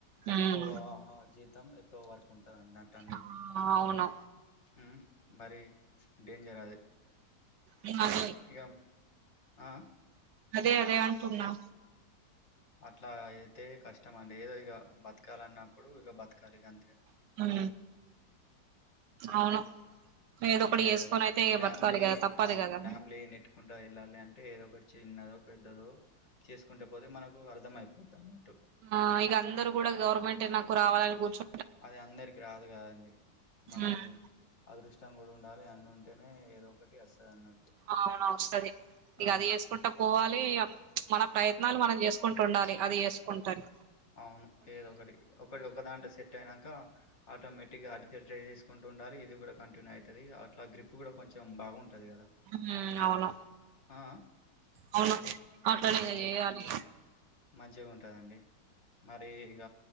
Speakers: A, on the left (about 45°); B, on the right (about 75°).
A: తక్కువ
B: ఉమ్
A: జీతం ఎక్కువ వర్క్ ఉంటందిండి అట అండి
B: ఆ అవును
A: ఉమ్, మరి డేంజర్
B: ఈ మాదిరే
A: ఇగం ఆ
B: అదే అదే అంటున్నా
A: అట్లా అయితే కష్టం అండి ఏదో ఇగ బతకాల అన్నప్పుడు ఇగ బతకాలి ఇగ గంతే
B: మ్ అవును ఏదో ఒకటి
A: ఇగయా
B: చేసుకొని అయితే
A: ఫ్యామిలీ
B: బతకాలి కదా తప్పదు
A: ఆ
B: కదా
A: ఫ్యామిలీ నెట్ కుంటా వెళ్ళాలి అంటే ఏదో ఒకటి చిన్నదో, పెద్దదో చేసుకుంటే పోతే మనం ఓ అర్థమయిపోద్ది అన్నట్టు
B: ఆ ఇగ అందరు కూడా గవర్నమెంట్ నాకు రావాలని కూర్చు
A: అది అందరికి రాదు కదండి మనకు
B: ఉమ్
A: అదృష్టం కూడా ఉండాలి అన్ని ఉంటేనే ఏదో ఒకటి వస్తది అన్నట్టు
B: అవున వస్తది ఇగ
A: ఆ
B: అది చేసుకుంటా పోవాలి మన ప్రయత్నాలు మనం చేసుకుంటూ ఉండాలి అది చేసుకుంటని
A: అవును ఏదొ ఒకటి ఒకటి ఒకదాంటే సెట్ అయినాక ఆటోమేటిక్గా అడి ట్రై చేసుకుంటూ ఉండాలి. ఇది కూడా కంటిన్యూ అయితుంది అట్లా గ్రిప్ కూడా కొంచెం బాగుంటుంది కదా
B: మ్ అవును
A: ఆ
B: అవును అట్లానే
A: మ
B: చేయాలి
A: మంచిగా ఉంటదండి మరి ఇగ